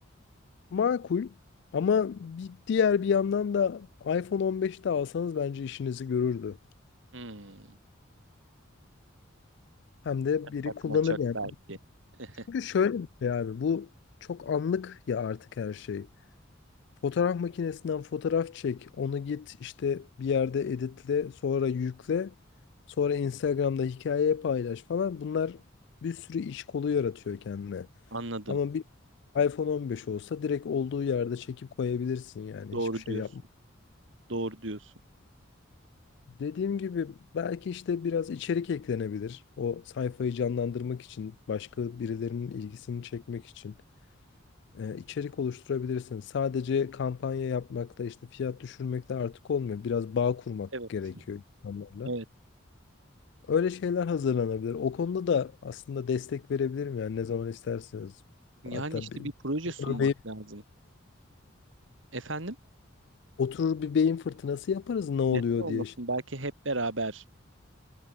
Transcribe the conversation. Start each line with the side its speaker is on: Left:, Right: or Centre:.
Left: Makul ama bir diğer bir yandan da iPhone 15'te alsanız bence işinizi görürdü.
Right: Hmm.
Left: Hem de
Right: Maçak
Left: biri kullanır
Right: maçak
Left: yani.
Right: belki. <laughs>
Left: Çünkü şöyle bir şey abi bu çok anlık ya artık her şey. Fotoğraf makinesinden fotoğraf çek, onu git işte bir yerde editle, sonra yükle, sonra Instagram'da hikayeye paylaş falan. Bunlar bir sürü iş kolu yaratıyor kendine.
Right: Anladım.
Left: Ama bir iPhone 15 olsa direkt olduğu yerde çekip koyabilirsin yani
Right: Doğru
Left: hiçbir şey
Right: diyorsun.
Left: yapma.
Right: Doğru diyorsun.
Left: Dediğim gibi belki işte biraz içerik eklenebilir. O sayfayı canlandırmak için, başka birilerinin ilgisini çekmek için e, içerik oluşturabilirsiniz. Sadece kampanya yapmakta, işte fiyat düşürmekte artık olmuyor. Biraz bağ kurmak
Right: Evet.
Left: gerekiyor insanlarla.
Right: Evet.
Left: Öyle şeyler hazırlanabilir. O konuda da aslında destek verebilirim yani ne zaman isterseniz.
Right: Yani
Left: Hatta
Right: işte
Left: bir,
Right: bir proje sunmak
Left: örneğin
Right: lazım. Efendim?
Left: oturur bir beyin fırtınası yaparız ne oluyor
Right: Neden olmasın?
Left: diye.
Right: Belki hep beraber